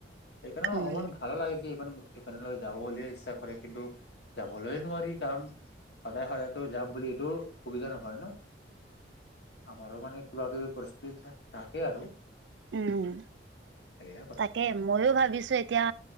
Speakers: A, on the left; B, on the right.
A: সেইকাৰণে,
B: উম
A: অকমান ভাল লাগে, কি মানে, যাবলে ইচ্ছা কৰে। কিন্তু, যাবলৈ নোৱাৰি। কাৰণ, সদায়-সদায়তো যাম বুলি, এইটো সুবিধা নহয়, ন'! আমাৰো মানে, কিবা-কিবি পৰিস্থিতি থাকে আৰু।
B: উম!
A: সেয়া কথা
B: তাকে, মইয়ো ভাবিছোঁ! এতিয়া,